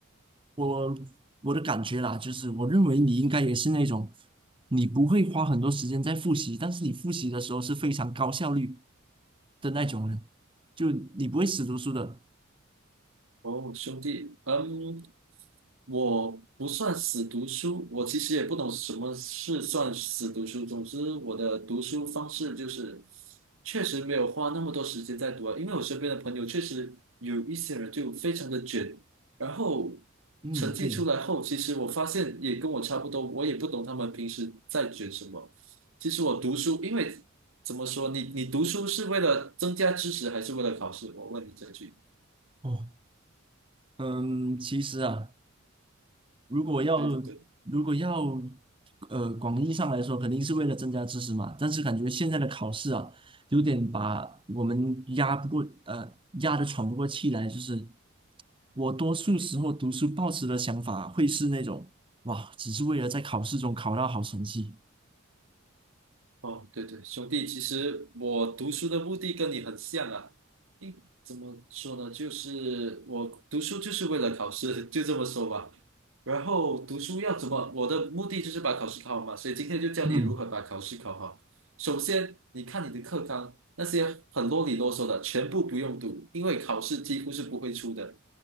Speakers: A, on the right; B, on the right.
A: 我我的感觉啦，就是我认为你应该也是那种你不会花很多时间在复习，但是你复习的时候是非常高效率的那种人，就你不会死读书的。
B: 哦，兄弟，嗯，我不算死读书，我其实也不懂什么是算死读书。总之，我的读书方式就是确实没有花那么多时间在读啊，因为我身边的朋友确实有一些人就非常的卷，然后
A: 嗯，
B: 成绩出来后，
A: 对。
B: 其实我发现也跟我差不多，我也不懂他们平时在卷什么。其实我读书，因为怎么说，你你读书是为了增加知识，还是为了考试？我问你这句。
A: 哦。嗯，其实啊，如果要
B: 对对对。
A: 如果要呃广义上来说，肯定是为了增加知识嘛。但是感觉现在的考试啊，有点把我们压不过呃压得喘不过气来。就是我多数时候读书抱持的想法会是那种哇，只是为了在考试中考到好成绩。
B: 哦，对对，兄弟，其实我读书的目的跟你很像啊。应怎么说呢？就是我读书就是为了考试，<laughs> 就这么说吧。然后读书要怎么？我的目的就是把考试考好嘛，所以今天就教你如何把考试考好。
A: 嗯，
B: 首先，你看你的课纲，那些很啰里啰嗦的，全部不用读，因为考试几乎是不会出的。